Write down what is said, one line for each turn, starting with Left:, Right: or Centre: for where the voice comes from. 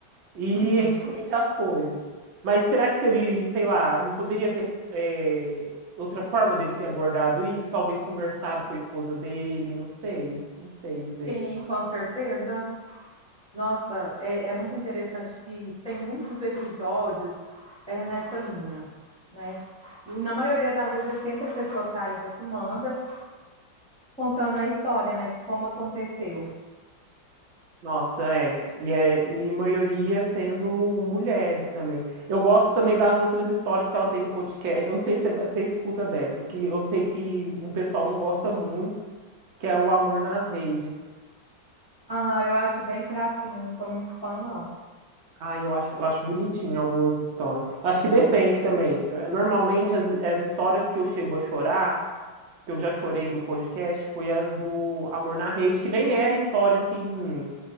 Right: E
Centre: Uhum.
Right: a gente sente as coisas. Mas será que se ele, sei lá, não poderia ter é, outra forma dele ter abordado isso? Talvez conversado com a esposa dele, não sei, não sei dizer.
Centre: Sim, com certeza. Nossa, é, é muito interessante que tem muitos episódios é, nessa linha, né? E na maioria das vezes é sempre a pessoa traída que manda, contando a história, né, de como aconteceu.
Right: Nossa, é. E, é, e maioria sendo mulheres também. Eu gosto também das outras histórias que ela tem no podcast. Eu não sei se você escuta dessas, que eu sei que um pessoal não gosta muito, que é o Amor nas Redes.
Centre: Ah, eu acho bem fraquinho, eu não sou muito fã, não.
Right: Ah, eu acho, eu acho bonitinho algumas histórias. Acho que depende também. Normalmente, as, as histórias que eu chego a chorar, que eu já chorei do podcast, foi as do Amor na Rede, que nem era história, assim,